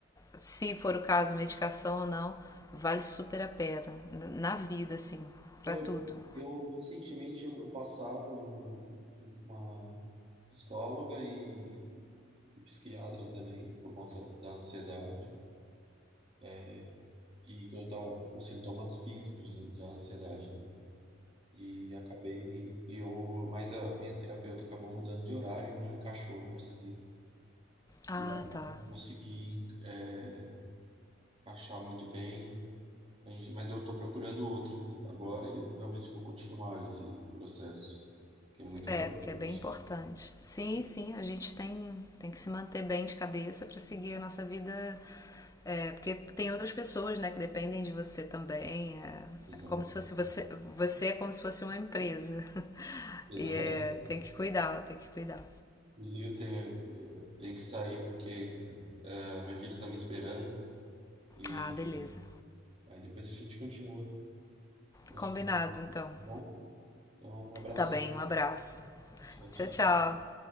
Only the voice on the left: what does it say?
se for o caso, medicação ou não, vale super a pena. Na vida, assim, pra
tudo.
Ah,
tá.
É,
porque é bem importante. Sim, sim, a gente tem, tem que se manter bem de cabeça pra seguir a nossa vida. é, porque tem outras pessoas, né, que dependem de você também. É,
é como se fosse você, você é como se fosse uma empresa. <laughs>
E é,
tem que cuidar, tem que cuidar.
Ah, beleza.
Combinado,
então.
Tá bem, um abraço.
Tchau,
tchau.